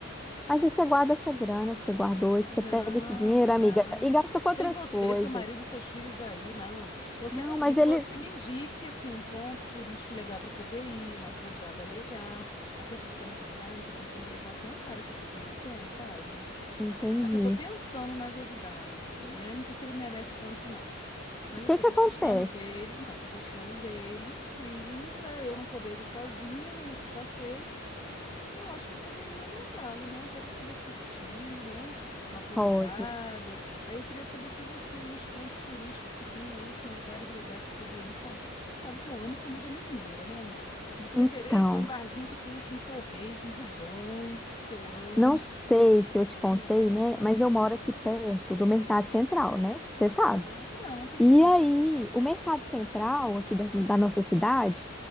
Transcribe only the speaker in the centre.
Mas aí você guarda essa grana que você guardou, e você
pega esse dinheiro,
amiga, e gasta com outras
coisas.
Não,
mas
eles.
Entendi.
O que
que
acontece?
Pode.
Então,
não sei se eu te contei,
né? Mas eu moro aqui perto do Mercado Central, né? Você sabe.
E
aí, o Mercado Central aqui da, da nossa cidade,